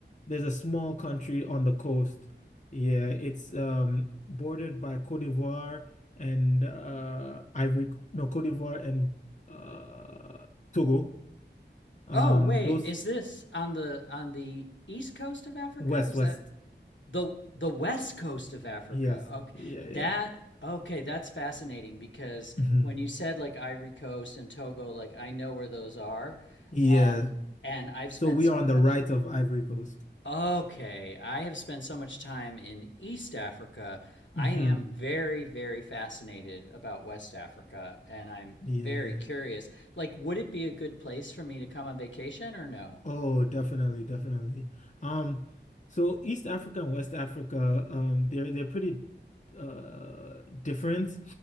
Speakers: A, on the left (about 40°); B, on the left (about 80°).
A: There's a small country on the coast. Yeah, it's um bordered by Côte d'Ivoire and uh Ivory, no, Côte d'Ivoire and uh Togo. Um,
B: Oh wait,
A: those
B: is this on the on the east coast of Africa?
A: west,
B: Is
A: west.
B: that the the west coast of Africa?
A: Yes.
B: Okay.
A: Yeah,
B: That
A: yeah.
B: okay, that's fascinating because
A: hmm
B: when you said like Ivory Coast and Togo, like I know where those are.
A: Yeah.
B: Um and I've spent
A: So we
B: so
A: are on
B: much
A: the right of Ivory Coast.
B: Okay, I have spent so much time in East Africa. I
A: hmm
B: am very, very fascinated about West Africa, and I'm
A: Yeah.
B: very curious. Like, would it be a good place for me to come on vacation or no?
A: Oh, definitely, definitely. Um, so East Africa and West Africa, um, they're they're pretty uh different.